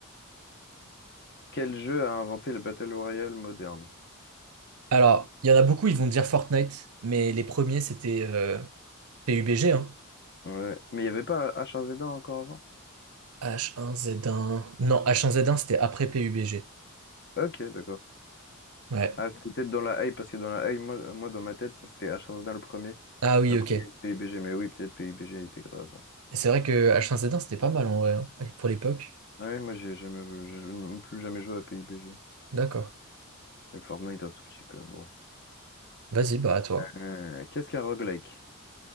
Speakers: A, on the left; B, on the right.
A: Quel jeu a inventé le Battle Royale moderne?
B: Alors, il y en a beaucoup, ils vont dire Fortnite, mais les premiers, c'était euh, PUBG,
A: Ouais, mais il n'y avait pas H1Z1 encore avant?
B: h un z un Non, h un z un c'était après PUBG.
A: Ok, d'accord.
B: Ouais.
A: Ah, c'était peut-être dans la hype, parce que dans la hype, moi, moi dans ma tête, ça c'était H1Z1 le premier.
B: Ah oui,
A: Après,
B: ok. Et
A: il y a eu PUBG, mais oui, peut-être PUBG était grave. avant.
B: C'est vrai que h un z un c'était pas mal en vrai. hein. Allez, pour l'époque.
A: Ouais, moi j'ai jamais joué, je n'ai plus jamais joué à PUBG.
B: D'accord.
A: Et Fortnite un tout petit peu, bon.
B: Vas-y, bah à toi.
A: Euh, qu'est-ce qu'un roguelike?